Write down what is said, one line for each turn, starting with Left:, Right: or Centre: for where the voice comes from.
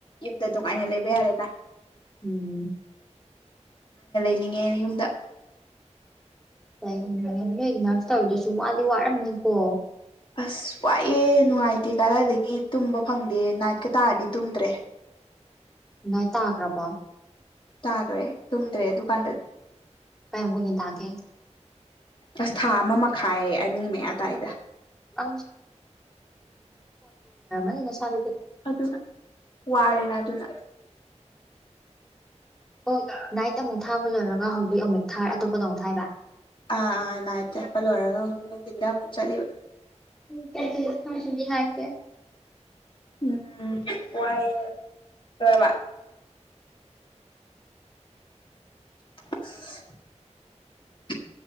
Left: ꯌꯨꯝꯗ ꯅꯨꯡꯉꯥꯏꯅ ꯂꯩꯕ ꯌꯥꯔꯦꯅ
Centre: ꯎꯝ
Left: ꯅꯤꯡꯉꯦ ꯌꯨꯝꯗ
Centre: ꯅꯣꯏꯒꯤ ꯉꯛꯁ ꯇꯧꯔꯗꯁꯨ ꯋꯥꯗꯤ ꯋꯥꯔꯝꯅꯤꯀꯣ
Left: ꯑꯁ ꯋꯥꯏꯑꯦ ꯅꯨꯡꯉꯥꯏꯇꯦ ꯀꯗꯥꯏꯗꯒꯤ ꯇꯨꯝꯕ ꯐꯪꯗꯦ ꯅꯥꯏꯠꯀ ꯇꯥꯔꯗꯤ ꯇꯨꯝꯗ꯭ꯔꯦ
Centre: ꯥꯏ ꯇꯥꯈ꯭ꯔꯕ
Left: ꯇꯥꯈ꯭ꯔꯦ ꯇꯨꯝꯗ꯭ꯔꯦ ꯗꯨꯀꯥꯟꯗꯗꯤ
Centre: ꯀ ꯀꯅꯤ ꯇꯒꯦ
Left: ꯑꯁ ꯊꯥ ꯑꯃ ꯃꯈꯥꯏ ꯑꯅꯤ ꯃꯌꯥꯗꯥꯏꯗ
Centre: ꯑ ꯩꯅ ꯁꯗ
Left: ꯑꯗꯨꯅ ꯋꯥꯔꯦꯅ ꯑꯗꯨꯅ
Centre: ꯑꯣꯣꯏ ꯅꯥꯏꯠ ꯑꯃꯨꯛ ꯊꯥꯕ ꯂꯣꯏꯔꯒ ꯍꯧꯖꯤꯛ ꯑꯃꯨꯛ ꯊꯥꯔ ꯑꯇꯣꯞꯄꯗ ꯑꯃꯨꯛ ꯊꯥꯏꯕ
Left: ꯑꯥ ꯑꯥ ꯂꯥꯏꯏꯠ ꯆꯠꯄ ꯂꯣꯏꯔꯒ ꯍꯧꯖꯤꯛ ꯅꯨꯡꯊꯤꯟꯗ ꯑꯃꯨꯛ ꯆꯠꯂꯤꯕ
Centre: ꯎ ꯍꯥꯏ ꯀꯦ
Left: ꯎꯝ ꯄꯥꯏ ꯑꯣꯏꯣꯏꯕ <unintelligible>